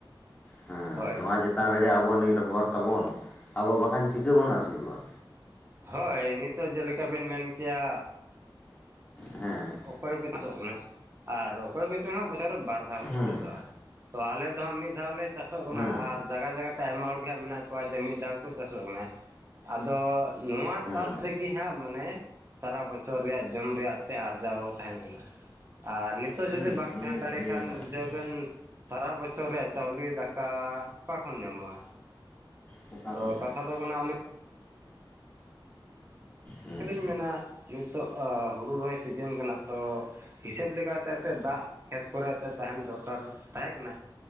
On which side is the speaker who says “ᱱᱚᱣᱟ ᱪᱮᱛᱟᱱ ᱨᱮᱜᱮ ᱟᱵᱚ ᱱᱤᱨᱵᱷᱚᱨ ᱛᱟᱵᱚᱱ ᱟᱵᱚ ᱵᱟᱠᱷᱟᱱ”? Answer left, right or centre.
Left